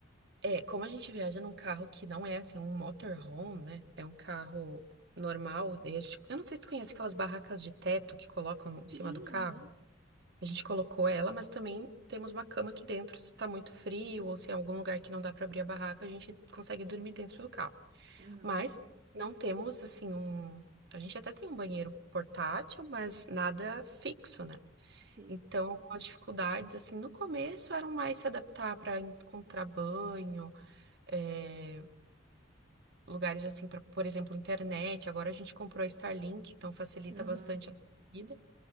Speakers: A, on the right; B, on the right.
A: É, como a gente viaja num carro que não é assim um motorhome, né? É um carro normal. Daí a gente, eu não sei se tu conhece aquelas barracas de teto que colocam
B: Sim,
A: em cima do carro.
B: aham.
A: A gente colocou ela, mas também temos uma cama aqui dentro. Se tá muito frio ou se é algum lugar que não dá pra abrir a barraca, a gente consegue dormir dentro do carro.
B: Aham.
A: Mas não temos assim um. A gente até tem um banheiro portátil, mas nada fixo, né?
B: Sim.
A: Então, algumas dificuldades, assim, no começo eram mais se adaptar para encontrar banho, eh, lugares assim, pra, por exemplo, internet. Agora a gente comprou a Starlink, então facilita
B: Aham.
A: bastante a nossa vida.